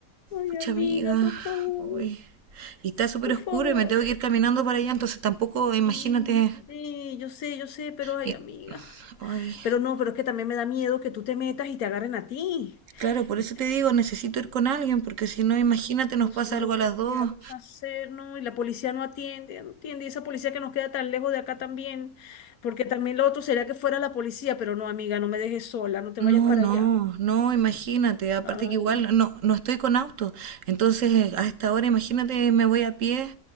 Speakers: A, on the left; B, on the right.
A: Ay,
B: Pucha
A: amiga,
B: amiga,
A: por favor,
B: uy. Y está súper
A: por
B: oscuro
A: favor.
B: y me tengo que ir caminando para allá, entonces tampoco, imagínate.
A: Sí, yo sé, yo sé, yo sé, pero ay,
B: y-
A: amiga.
B: Ay.
A: Pero no, pero es que también me da miedo que tú te metas y te agarren a ti.
B: Claro, por
A: Este,
B: eso te digo, necesito ir con alguien, porque si no, imagínate, nos
A: Dios
B: pasa
A: mío,
B: algo a las dos.
A: ¿qué vamos a hacer? No, y la policía no atiende, no atiende. Y esa policía que nos queda tan lejos de acá también. Porque también lo otro sería que fuera la policía, pero no, amiga, no me dejes sola, no te
B: No,
A: vayas para
B: no,
A: allá.
B: no, imagínate. Aparte
A: Ay,
B: que igual no, no estoy con auto. Entonces, a esta hora, imagínate, me voy a pie,